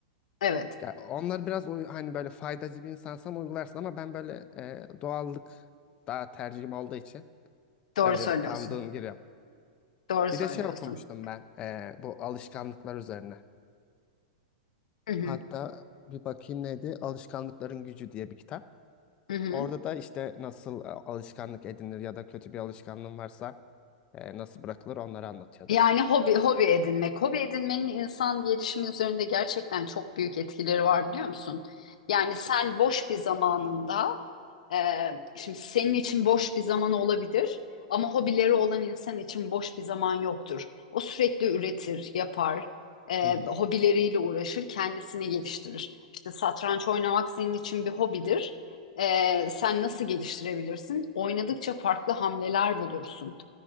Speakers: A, on the left; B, on the left.
A: Evet,
B: Ya onlar biraz uy- hani böyle faydacı bir insansan uygularsın ama ben böyle e, doğallık daha tercihim olduğu için
A: doğru
B: öyle
A: söylüyorsun.
B: damdığım giriyorum.
A: Doğru
B: Bir
A: söylüyorsun.
B: de şey okumuştum ben e, bu alışkanlıklar üzerine.
A: Hı hı,
B: Hatta bir bakayım neydi? Alışkanlıkların Gücü diye bir kitap.
A: hı hı.
B: Orada da işte nasıl e, alışkanlık edinir ya da kötü bir alışkanlığın varsa e, nasıl bırakılır onları anlatıyordu.
A: Yani hobi hobi edinmek. Hobi edinmenin insan gelişimi üzerinde gerçekten çok büyük etkileri var biliyor musun? Yani sen boş bir zamanında e, şimdi senin için boş bir zaman olabilir ama hobileri olan insan için boş bir zaman yoktur. O sürekli üretir, yapar, e,
B: Hı hı.
A: hobileriyle uğraşır, kendisini geliştirir. İşte satranç oynamak senin için bir hobidir. E, sen nasıl geliştirebilirsin? Oynadıkça farklı hamleler bulursun.